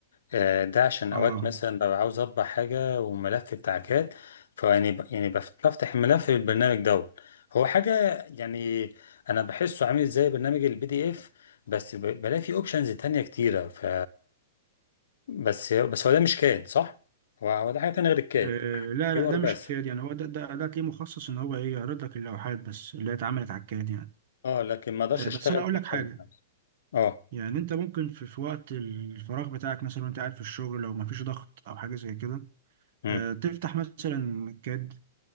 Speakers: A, on the left; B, on the right.
A: آه، ده عشان
B: اه
A: اوقات مثلا ببقى عاوز اطبع حاجه وملف بتاع كاد فيعني ب- يعني بف- بفتح الملف في البرنامج دوت هو حاجه يعني انا بحسه عامل زي برنامج البي دي اف بس ب- بلاقي فيه اوبشنز تانية كتيره ف بس بس هو ده مش كاد صح هو هو ده حاجه تانية غير الكاد
B: آه، لا
A: فيور
B: لا ده
A: بس
B: مش كاد يعني هو ده ده ده ليه مخصص ان هو ايه يعرض لك اللوحات بس اللي هي اتعملت على الكاد يعني
A: اه لكن ما اقدرش
B: آه،
A: اشتغل
B: بس انا اقول
A: بيه
B: لك حاجة
A: أوي. اه
B: يعني انت ممكن في, في وقت الفراغ بتاعك مثلا وانت قاعد في الشغل لو مفيش ضغط او حاجه زي كده
A: امم
B: آه، تفتح مثلا كاد